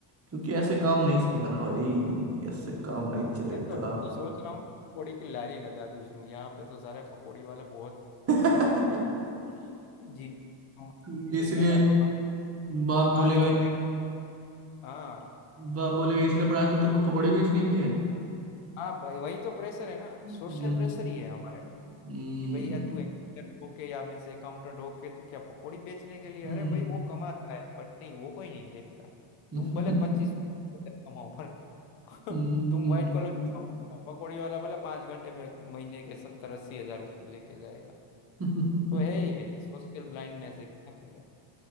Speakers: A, on the right; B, on the left.
A: क्योंकि ऐसे काम नहीं
B: है
A: चलेगा ना भाई ऐसे काम नहीं चलेगा
B: मैं तो मैं तो सोच रहा हूँ पकौड़ी की लारी लगा दूँ यहाँ पे तो सारे पकौड़ी वाले बहुत
A: <laughs>
B: कमाते हैं जिन सबसे
A: तो इसलिए
B: ज्यादा कमाते हैं
A: बाप
B: पाँच
A: बोलेगा
B: घंटे
A: इस-
B: का- हाँ
A: बाप बोलेगा इसलिए पढ़ाया था तेरे को पकौड़े बेचने के लिए
B: हाँ भाई वही तो प्रेशर है ना
A: हम्म
B: सोशल प्रेशर ही है हमारे पर
A: हम्म
B: कि भाई यार तू एक्टर होके या मीन्स अकाउंटेंट होके तू क्या पकौड़ी बेचने के लिए
A: हम्म
B: अरे भाई वो कमाता है बट नहीं वो कोई नहीं देखता
A: <laughs>
B: तुम भले पच्चीस कमाओ पर
A: हम्म
B: <laughs> तुम व्हाइट कॉलर
A: हम्म,
B: जॉब करते हो पकौड़ी वाला भले पाँच घंटे में महीने के सत्तर अस्सी हजार रुपये लेके जाएगा
A: हम्म।
B: तो है
A: <laughs>
B: ही है सोशल ब्लाइंडनेस है क्या करें